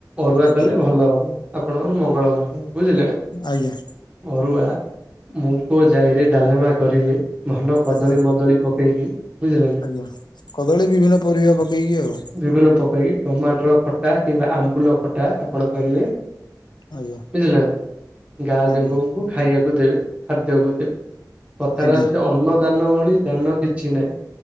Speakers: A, on the right; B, on the left.
A: ଅରୁଆ
B: ଆଜ୍ଞା
A: କଲେ ଭଲ ହବ। ଆପଣଙ୍କର ମଙ୍ଗଳମୟ। ବୁଝିଲେ ନା?
B: ଆଜ୍ଞା
A: ଅରୁଆ ମୁଗ ଯାଇରେ ଡାଲମା କରିବେ। ଭଲ କଦଳୀ
B: ଆଜ୍ଞା
A: ମଦଳୀ ପକେଇକି। ବୁଝିଲେ ନା।
B: ଆଜ୍ଞା କଦଳୀ ବିଭିନ୍ନ ପରିବା ପକେଇକି ଆଉ।
A: ବିଭିନ୍ନ ତ ପେଇ ଟମାଟୋର ଖଟା କିମ୍ବା ଆମ୍ବୁଲ ଖଟା ଆପଣ କରିବେ।
B: ଆଜ୍ଞା
A: ବୁଝିଲେ ନା? ଗାଁ
B: ଆଜ୍ଞା
A: ଯାକକୁ ଖାଇବାକୁ ଦେବେ ଖାଦ୍ୟକୁ ଦେବେ। କଥାରେ
B: ଆଜ୍ଞା
A: ଅଛି ଅନ୍ନ ଦାନ ଭଳି ଦାନ କିଛି ନାହିଁ।